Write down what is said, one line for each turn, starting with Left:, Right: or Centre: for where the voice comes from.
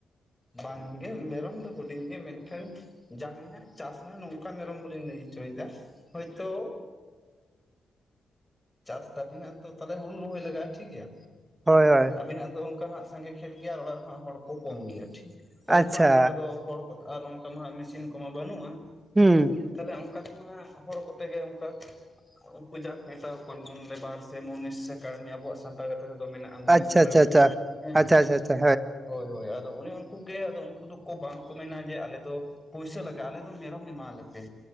Left: ᱵᱟᱝᱜᱮ ᱢᱮᱨᱚᱢ ᱫᱚ ᱦᱩᱰᱤᱧ ᱜᱮ ᱢᱮᱱᱠᱷᱟᱱ ᱡᱟᱦᱟᱸᱭᱟᱜ ᱪᱟᱥ ᱢᱟᱱᱮ ᱱᱚᱝᱠᱟ ᱢᱮᱨᱚᱢ ᱫᱚᱞᱤᱧ ᱞᱟᱹᱭ ᱚᱪᱚᱭᱫᱟ ᱦᱚᱭᱛᱳ ᱪᱟᱥ ᱛᱟᱵᱤᱱᱟ ᱛᱚ ᱛᱟᱦᱞᱮ ᱦᱩᱲᱩ ᱨᱚᱦᱚᱭ ᱞᱟᱜᱟᱜᱼᱟ ᱴᱷᱤᱠ ᱜᱮᱭᱟ᱾
Right: ᱦᱚᱭ ᱦᱚᱭ᱾
Left: ᱟᱵᱤᱱᱟᱜ ᱫᱚ ᱚᱝᱠᱟ ᱦᱟᱸᱜ ᱥᱟᱸᱜᱮ ᱠᱷᱮᱛ ᱜᱮᱭᱟ ᱟᱨ ᱚᱲᱟᱜ ᱨᱮᱦᱟᱸᱜ ᱦᱚᱲ ᱠᱚ ᱠᱚᱢ ᱜᱮᱭᱟ ᱴᱷᱤᱠ ᱛᱟᱦᱞᱮ
Right: ᱟᱪᱪᱷᱟ
Left: ᱛᱚ ᱦᱟᱸᱜ ᱱᱚᱝᱠᱟ ᱫᱚ ᱦᱚᱲ ᱠᱚ ᱟᱨ ᱚᱝᱠᱟ ᱢᱟ ᱦᱟᱸᱜ ᱢᱮᱥᱤᱱ ᱠᱚᱢᱟ ᱵᱟᱹᱱᱩᱜᱼᱟ᱾
Right: ᱦᱩᱸ
Left: ᱛᱟᱦᱞᱮ ᱚᱝᱠᱟ ᱫᱚ ᱦᱟᱸᱜ ᱦᱚᱲ ᱠᱚᱛᱮ ᱜᱮ ᱚᱝᱠᱟ <unintelligible> <unintelligible> ᱞᱮᱵᱟᱨ ᱥᱮ ᱢᱩᱱᱤᱥ ᱥᱮ ᱠᱟᱹᱲᱢᱤ ᱟᱵᱚᱣᱟᱜ ᱥᱟᱱᱛᱟᱲ ᱠᱟᱛᱷᱟ ᱨᱮᱫᱚ ᱢᱮᱱᱟᱜ ᱢᱩᱱᱤᱥ
Right: ᱟᱪᱪᱷᱟ
Left: ᱠᱟᱹᱲᱢᱤ
Right: ᱟᱪᱪᱷᱟ ᱟᱪᱪᱷᱟ
Left: ᱦᱮᱸ᱾
Right: ᱟᱪᱪᱷᱟ ᱟᱪᱪᱷᱟ ᱟᱪᱪᱷᱟ
Left: ᱦᱳᱭ ᱦᱳᱭ ᱟᱫᱚ ᱚᱱᱮ ᱩᱝᱠᱩᱜ ᱜᱮ ᱟᱫᱚ ᱩᱝᱠᱩ ᱫᱚᱠᱚ ᱵᱟᱝ ᱠᱚ ᱢᱮᱱᱟ ᱡᱮ ᱟᱞᱮ ᱫᱚ ᱯᱩᱭᱥᱟᱹ ᱞᱮᱠᱟ ᱟᱞᱮ ᱫᱚ ᱢᱮᱨᱚᱢ ᱮᱢᱟ ᱞᱮᱯᱮ